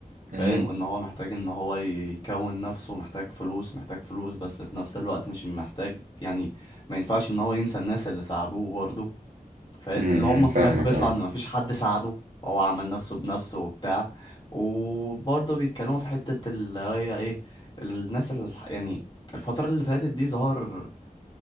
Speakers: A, on the left; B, on the right.
A: فاهم
B: امم
A: ان هو محتاج ان هو يكون نفسه محتاج فلوس محتاج فلوس بس في نفس الوقت مش محتاج يعني ما ينفعش ان هو ينسى الناس اللي ساعدوه برضه فاهم
B: امم
A: اللي هم
B: فاهمك
A: في الاخر بيطلع
B: اه
A: ان مفيش حد ساعده هو عمل نفسه بنفسه وبتاع وبرضه بيتكلموا في حتة اللي هي ايه الناس اللي يعني الفترة اللي فاتت دي ظهر